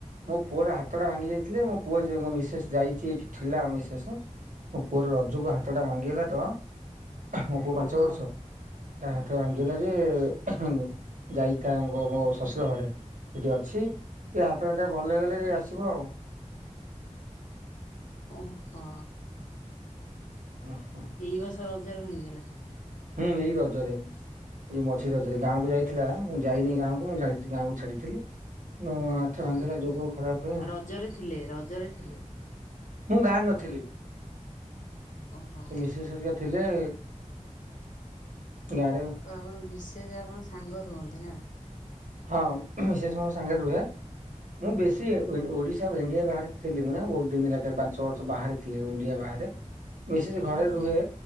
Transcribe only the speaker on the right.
ମୋ ପୁଅର ହାତଟା ଭାଙ୍ଗି ଯାଇଥିଲେ ମୋ ପୁଅ ମୋ ମିସେସ୍ ଯାଇଛି ଏଠି ଥିଲା ମିସେସ୍। ମୋ ପୁଅର ରଜକୁ ହାତ ଟା ଭାଙ୍ଗିଗଲା ତ ମୋ ପୁଅ
ପାଞ୍ଚ ବର୍ଷ। ତାହାତ ଭାଙ୍ଗିଗଲାଯେ ଯାଇଚିତାଙ୍କ ଗୋ ଗୋ ମୋ ଶଶୁର ଘରେ ସେଇଠି ଅଛି ଟିକେ ହାତଟା ଟିକେ ଭଲ ହେଗଲେ ଆସିବ ଆଉ।
ହ ହ।
ହୁଁ ଏଇ ରଜରେ। ଇଏ ମଝି ରଜରେ ଗାଁକୁ ଯାଇଥିଲା ମୁଁ ଯାଇନି ଗାଁକୁ ମୁଁ ଯାଇଛି ଗାଁକୁ ଛାଡିଥିଲି କିନ୍ତୁ ଭାଙ୍ଗିଗଲା
ଯୋଗ ଖରାପ ପାଇଁ
ମୁଁ ଗାଁରେ ନଥିଲି
ସେ ମିସେସ୍ ହରିକା ଥିଲେ। ଗାଁ ରେ
ହଁ ମିସେସ୍ ମୋ ସାଙ୍ଗରେ ରୁହେ ମୁଁ ବେଶୀ ଓଡ଼ିଶା ଆଉ ଇଣ୍ଡିଆ ବାହାରେ ଥିଲି ମୁ ନା ବହୁତ ଦିନ ହେଲା ଚାରି ପାଞ୍ଚ ଛ ବର୍ଷ ବାହାରି ଥିଲି ଇଣ୍ଡିଆ ବାହାରେ ମିସେସ୍ ଘରେ
ରୁହେ।